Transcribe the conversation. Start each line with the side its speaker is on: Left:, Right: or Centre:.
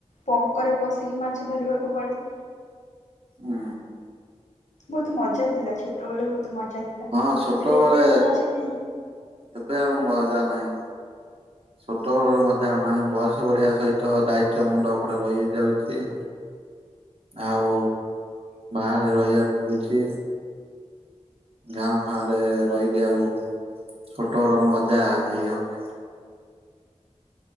Left: ପଙ୍କରେ ପଶିକି ମାଛ ଧରିବାକୁ ପଡ଼େ
Right: ହୁଁ।
Left: ବହୁତ ମଜା ଥିଲା ଛୋଟବେଳେ ବହୁତ ମଜା ଥିଲା
Right: ହଁ ଛୋଟବେଳେ
Left: ହେଲେ ଏବେ ସେ ମଜା କାହିଁ?
Right: ଏବେ ଆଉ ମଜା ନାହିଁ। ଛୋଟ ବେଳର ମଜା ଆଉ ନାହିଁ ବୟସ ବଢଆ ସହିତ ଦାୟିତ୍ୟ ମୁଣ୍ଡ ଉପରେ ରହିଯାଉଛି ଆଉ ବାହାରେ ରହିବାକୁ ପଡୁଛି ଗାଁ ଫାଁ ରେ ରହିକି ଆଉ ଛୋଟ <inaudible> ମଜା ନେଇ ହଉନି।